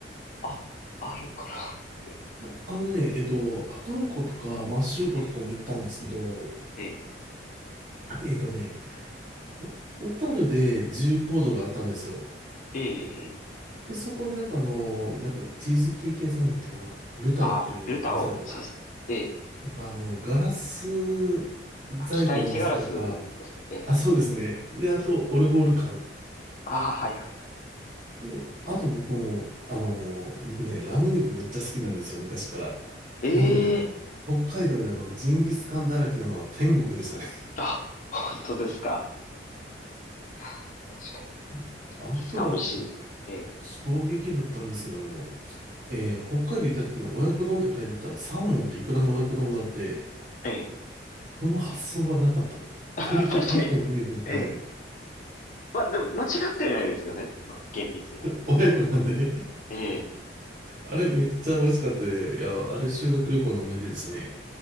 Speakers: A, on the left; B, on the right.
A: あ、あるかなって。
B: いやあのね、えっと、阿寒湖とか摩周湖とかも行ったんですけど、
A: ええ、え
B: えっとね、お小樽で自由行動があったんですよ。
A: え、ええ、
B: で、そこでなんかあの、なんかチーズケーキ屋さんだったかな、ルタオというお店があって、
A: あ、ルタオ、そうですね。ええ、
B: とか、あの、ガラス細工のお店とか、
A: あ、北一ガラスですね。ええ、
B: あ、そうですね。で、あと、オルゴール館。
A: ああ、はいはいは
B: で、あと僕も、あの、僕ね、ラム肉めっちゃ好きなんですよ、昔から。
A: い。ええ、
B: なのでもう、北海道であの、ジンギスカンだらけなのは天国でしたね。
A: あ、本当ですか。いやー、確か
B: <laughs>
A: に。
B: あと、
A: ジンギスカン美味しいですよね。え
B: 衝撃だったんですけど、あの、えー北海道行った時に親子丼って書いてたら、サーモンとイクラの親子丼があって、
A: え、ええ、
B: この発想はなかったって。鳥と卵のイメージだったんで、
A: <laughs> 確かに。ええ、まあでも間違ってはいないですよね。まあ厳密には。
B: お、親子なんで。
A: ええ、
B: あれめっちゃ美味しかったで、いや、あれ修学旅行の思い出ですね。